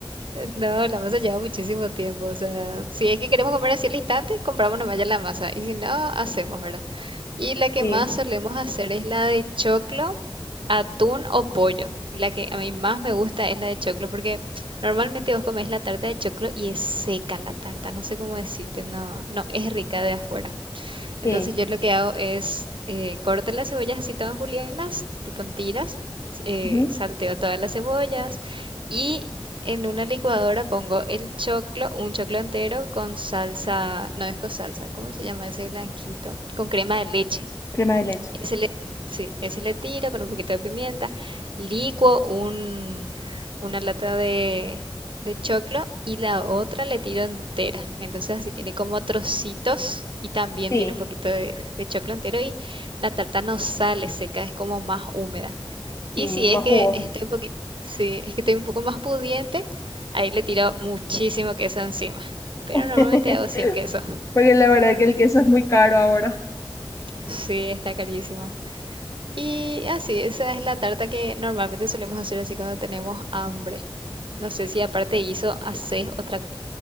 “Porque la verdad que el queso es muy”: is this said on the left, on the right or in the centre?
Left